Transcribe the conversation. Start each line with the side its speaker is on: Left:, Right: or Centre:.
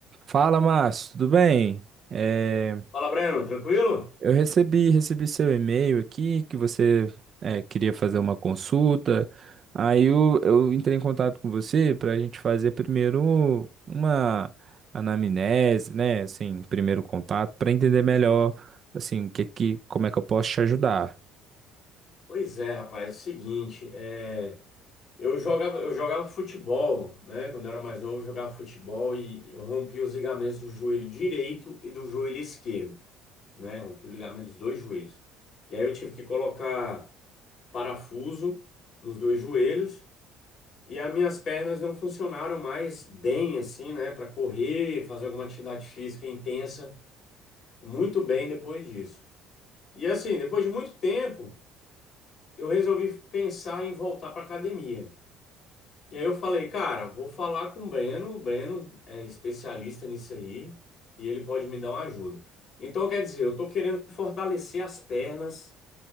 Right: Fala, Márcio, tudo bem? É,
Left: Fala, Breno, tranquilo?
Right: eu recebi, recebi seu e-mail aqui que você é, queria fazer uma consulta. Aí eu, eu entrei em contato com você para a gente fazer primeiro uma anamnese, né? Assim, primeiro contato, para entender melhor, assim, que, que, como é que eu posso te ajudar.
Left: Pois é, rapaz, é o seguinte, é, eu jogava, eu jogava futebol, né? Quando eu era mais novo, eu jogava futebol e eu rompi os ligamentos do joelho direito e do joelho esquerdo, né? Rompi o ligamento dos dois joelhos. E aí eu tive que colocar parafuso nos dois joelhos e as minhas pernas não funcionaram mais bem, assim, né? Para correr, fazer alguma atividade física intensa, muito bem depois disso. E assim, depois de muito tempo. eu resolvi pensar em voltar para academia. E aí eu falei, cara, vou falar com o Breno, o Breno é especialista nisso aí e ele pode me dar uma ajuda. Então, quer dizer, eu estou querendo fortalecer as pernas,